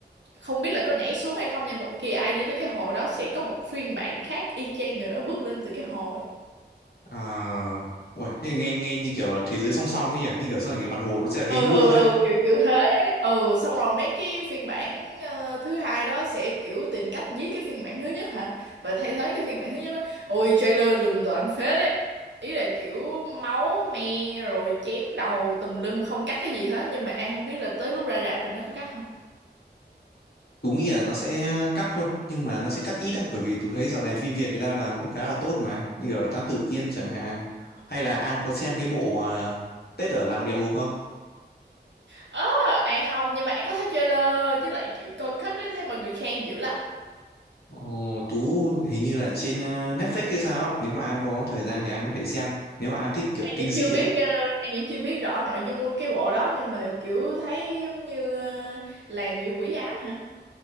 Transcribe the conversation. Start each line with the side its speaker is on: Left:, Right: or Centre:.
Right: không biết là có nhảy xuống hay không nhưng mà bất kỳ ai đi tới cái hồ đó sẽ có một phiên bản khác y chang người đó bước lên từ cái hồ ấy
Left: À, uầy, thế nghe nghe như kiểu là thế giới song song ấy nhỉ, như kiểu sau này cái mặt hồ nó sẽ là cái
Right: ừ
Left: gương
Right: ừ
Left: ấy.
Right: ừ kiểu kiểu thế ấy. ừ xong rồi mấy cái phiên bản ờ, thứ hai đó sẽ kiểu tìm cách giết cái phiên bản thứ nhất hả và thay thế cái phiên bản thứ nhất đó ôi trailer rùng rợn phết đấy ý là kiểu máu me rồi chém đầu tùm lum không cắt cái gì hết nhưng mà An không biết là tới lúc ra rạp thì nó có cắt không
Left: Tú nghĩ là nó sẽ cắt thôi nhưng mà nó sẽ cắt ít á bởi vì Tú thấy dạo này phim Việt người ta làm cũng khá là tốt mà như kiểu Thám Tử Kiên chẳng hạn hay là An có xem cái bộ à, Tết ở làng địa ngục không?
Right: ờ An không nhưng mà An có thấy trailer với lại kiểu coi kết ấy thấy mọi người khen dữ lắm
Left: Ồ, Tú hình như là trên à, Netflix hay sao á nếu mà An có thời gian thì An có thể xem nếu mà An thích kiểu
Right: An
Left: kinh
Right: vẫn
Left: dị
Right: chưa biết
Left: á
Right: ờ, An vẫn chưa biết rõ nội dung của cái bộ đó nhưng mà kiểu thấy giống như ờ, làng bị quỷ ám hả?